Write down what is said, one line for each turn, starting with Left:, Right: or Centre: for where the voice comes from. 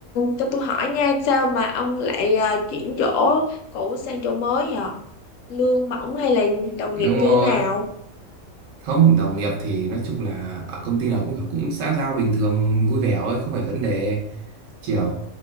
Left: cho tôi hỏi nha, sao mà ông lại ờ, chuyển chỗ cũ sang chỗ mới vậy? Lương bổng hay là đồng
Right: đúng
Left: nghiệp như
Right: rồi
Left: thế nào?
Right: không đồng nghiệp thì nói chung là ở công ty nào cũng kiểu cũng xã giao bình thường vui vẻ thôi không phải vấn đề kiểu